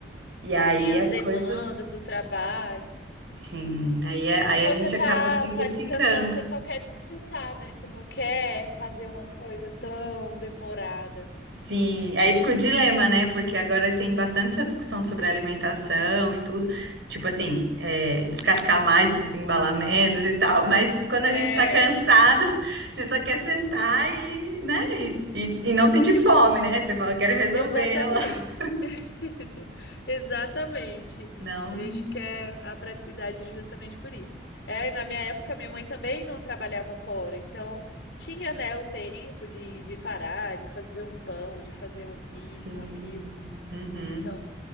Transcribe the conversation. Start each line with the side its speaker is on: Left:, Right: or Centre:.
Right: e aí
Left: tem as
Right: as
Left: demandas
Right: coisas,
Left: do trabalho.
Right: sim, aí, é-
Left: Quando
Right: aí a
Left: você
Right: gente
Left: tá,
Right: acaba simplificando.
Left: tá descansando, você só quer descansar, né? Você não quer fazer uma coisa tão demorada.
Right: Sim, aí fica o dilema, né? Porque agora tem bastante essa discussão sobre alimentação e tudo. Tipo assim, é, descascar mais, desembalar menos e tal. Mas quando a
Left: É,
Right: gente tá cansado, <laughs> você só quer sentar e, né? E, e, e não sentir fome, né? Você fala, quero resolver
Left: exatamente.
Right: ela. <laughs>
Left: <laughs> Exatamente.
Right: Não,
Left: A gente quer a praticidade justamente por isso. É, e na minha época, minha mãe também não trabalhava fora, então tinha, né, o tempo de, de parar, de fazer um pão, de fazer um isso,
Right: sim.
Left: um aquilo.
Right: Uhum.
Left: Então,